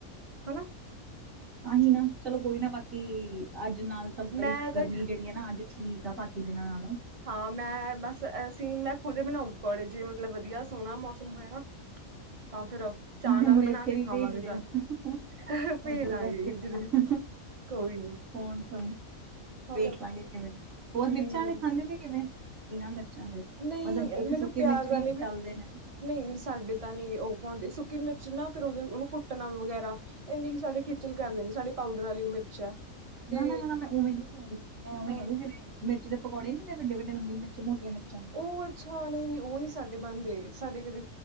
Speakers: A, on the right; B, on the right.
A: ਹਨਾ।
B: ਆਹੀ ਨਾ ਚਲੋ ਕੋਈ ਨਾ ਬਾਕੀ ਅੱਜ ਨਾਲ ਤਾਂ ਬਈ
A: ਮੈਂ ਤਾਂ
B: ਗਰਮੀ ਜਿਹੜੀ ਹੈ ਨਾ ਅੱਜ ਠੀਕ ਤਾ ਬਾਕੀ ਦਿਨਾਂ ਨਾਲੋਂ
A: ਹਾਂ ਮੈਂ ਬਸ ਅਸੀਂ ਮੈਂ ਖੁਦ ਪਕੌੜੇ ਜੇ ਮਤਲਬ ਵਧੀਆ ਸੋਹਣਾ ਮੌਸਮ ਹੋਇਆ ਨਾ। ਤਾਂ ਫਿਰ ਚਾਹ
B: ਮਾੜੇ
A: ਨਾਲ
B: ਮੁੜੇ
A: ਬਣਾ
B: ਇੱਥੇ
A: ਕੇ
B: ਵੀ
A: ਖਾਵਾਂਗੇ
B: ਭੇਜ ਦੇਉ।
A: ਸਾਰੇ
B: <inaudible>
A: ਭੇਜ
B: ਉਧਰ
A: ਦਾਂਗੇ
B: ਬੈਠੇ
A: ਜ਼ਰੂਰ
B: ਬਾਹਰ <inaudible>
A: ਕੋਈ ਨੀ
B: ਫੋਨ ਕੋਈ
A: ਹੋਰ
B: ਵੇਖ ਲਵਾਂਗੇ ਕਿਵੇਂ ਦੇ ਨੇ ਹੋਰ
A: ਹੂੰ
B: ਮਿਰਚਾਂ
A: ਹੂੰ
B: ਆਲੇ ਖਾਂਦੇ ਤੇ ਕਿਵੇਂ ਬਿਨਾਂ ਮਿਰਚਾਂ ਦੇ
A: ਨਹੀਂ
B: ਮਤਲਬ ਇੱਕ
A: ਮੈਨੂੰ
B: ਸੁੱਕੀ
A: ਪਿਆਜ
B: ਮਿਰਚ ਵੀ
A: ਵਾਲੇ
B: ਤਲਦੇ ਨੇ।
A: ਨਹੀਂ ਸਾਡੇ ਤਾਂ ਨਹੀਂ ਉਹ ਪਾਉਂਦੇ ਸੁੱਕੀ ਮਿਰਚ ਨਾ ਫਿਰ ਉਹਦੇ ਉਹਨੂੰ ਕੁੱਟਣਾ ਵਗੈਰਾ ਇੰਨੀ ਕਿ ਸਾਡੇ ਖੇਚਲ ਕਰਦੇ ਨੇ ਸਾਡੀ ਪਾਊਡਰ ਵਾਲੀ ਉਹ ਮਿਰਚ ਹੈ। ਤੇ
B: ਨਾ -ਨਾ ਮੈਂ ਉਵੇਂ ਨੀ ਕਹਿ ਰਹੀ ਮੈਂ ਉਵੇਂ
A: ਹਾਂ
B: ਕਹਿ ਰਹੀ ਜਿਹੜੀ ਮਿਰਚ ਦੇ ਪਕੌੜ ਨੀ ਤੇੇ ਵੱਡੇ ਵੱਡੇ ਲੰਬੀ ਮਿਰਚ ਮੋਟੀਆਂ ਮਿਰਚਾਂ ਦੇ
A: ਉਹ ਅੱਛਾ ਨਹੀਂ- ਨਹੀਂ ਉਹ ਨੀ ਸਾਡੇ ਬਣਦੇ ਸਾਡੇ ਕਦੇ